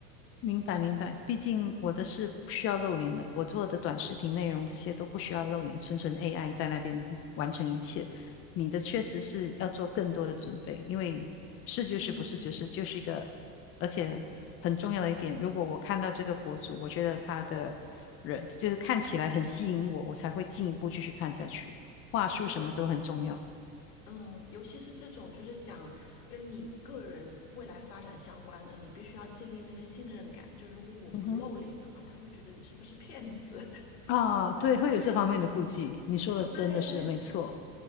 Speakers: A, on the left; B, on the left.
A: 明白明白，毕竟我的是不需要露脸的，我做的短视频内容这些都不需要露脸，纯纯 AI 在那边完成一切。你的确实是要做更多的准备，因为是就是不是就是就是一个，
B: 嗯，
A: 而且很重要的一点，如果我看到这个博主，我觉得他的人就是看起来很吸引我，我才会进一步继续看下去。话术什么都很重要。
B: 对，嗯，尤其是这种就是讲跟你个人未来发展相关的，你必须要建立那个信任感。就如果我不露脸的话，
A: 嗯哼，
B: 他会觉得你是不是骗子。
A: 啊，对，
B: <laughs>
A: 会有这方面的顾忌，
B: 对
A: 你说的真的是没错。
B: 对对，